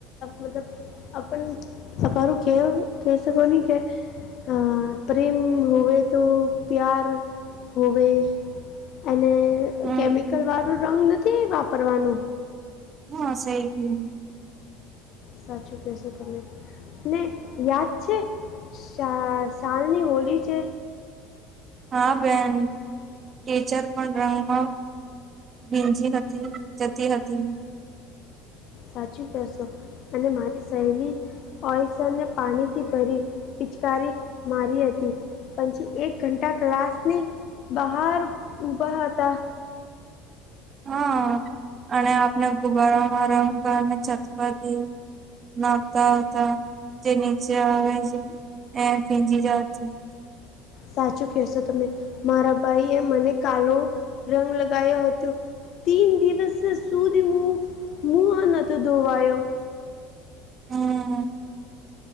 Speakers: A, on the left; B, on the right.
A: મતલબ આપન સફારી કેમ કહી શકોને કે અ પ્રેમ હોવે તો પ્યાર હોવે અને
B: હો
A: કેમિકલવાળું
B: હમ.
A: રંગ નથી વાપરવાનો
B: હા સે જ ને
A: સાચું કયો છો તમે ને યાદ છે શા શાલની હોલી જે
B: હા બેન ટીચર પણ રંગમાં ભીંજી હતી જતી હતી
A: સાચું કહેશો અને મારી સહેલી ઓઈસરને પાણીથી ભરી પિચકારી મારી હતી પછી એક ઘંટા ક્લાસની બહાર ઉભા હતા
B: હાં અને આપણે ગુબારામાં રમવા ને છત પરથી નાખતા આવતા જે નીચે આવે છે એ ફીજી <unintelligible>
A: સાચું કયો સો તમે મારા ભાઈ એ મને કાલો રંગ લગાયો હતુ તીન દિવસ સુધી મું મુંહ નહતો ધોવાયો
B: હા